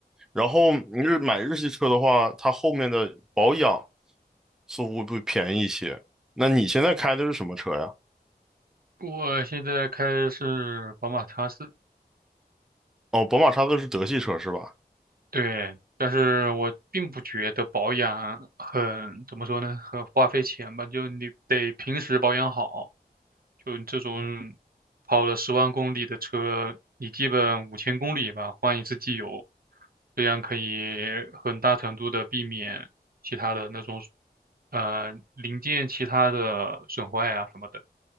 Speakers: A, in the centre; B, on the right.
A: 然后你日买日系车的话，它后面的保养似乎会便宜一些。那你现在开的是什么车呀？
B: 我现在开的是宝马叉四，
A: 哦，宝马叉子是德系车是吧？
B: 对，但是我并不觉得保养很，怎么说呢，很花费钱吧，就你得平时保养好，就你这种跑了十万公里的车，你基本五千公里吧，换一次机油，这样可以很大程度的避免其他的那种，呃，零件其他的损坏啊什么的。